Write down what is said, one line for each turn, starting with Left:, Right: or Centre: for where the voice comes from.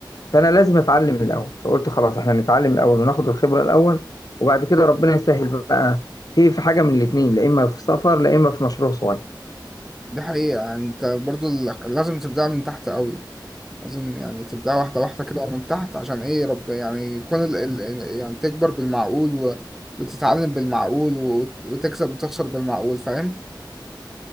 Left: فانا لازم اتعلم الاول فقلت خلاص احنا نتعلم الاول وناخد الخبره الاول وبعد كده ربنا يسهل بقى في في حاجه من الاثنين لا اما في سفر لا اما في مشروع صغير
Centre: دي حقيقة يعني انت برضو ال- لازم تبدأ من تحت قوي لازم يعني تبدأ واحدة واحدة كده من تحت عشان ايه رب يعني يكون ال... ال... يعني تكبر بالمعقول و... وتتعلم بالمعقول و... وتكسب وتخسر بالمعقول فاهم؟